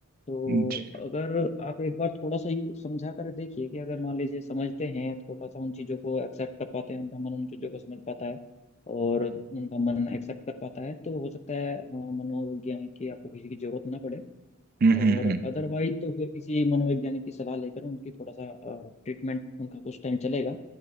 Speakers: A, on the left; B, on the right.
A: तो
B: जी
A: अगर आप एक बार थोड़ा सा यू समझा कर देखिए कि अगर मान लीजिए समझते हैं थोड़ा सा उन चीज़ों को एक्सेप्ट कर पाते हैं उनका मन उन चीज़ों को समझ पाता है और उनका मन एक्सेप्ट कर पाता है तो हो सकता है अ, मनोवैज्ञानिक की आपको किसी की जरूरत ना पड़े
B: हम्म
A: और
B: हम्म
A: अदरवाइज तो फिर किसी मनोवैज्ञानिक की सलाह लेकर उनकी थोड़ा सा ट्रीटमेंट उनका कुछ टाइम चलेगा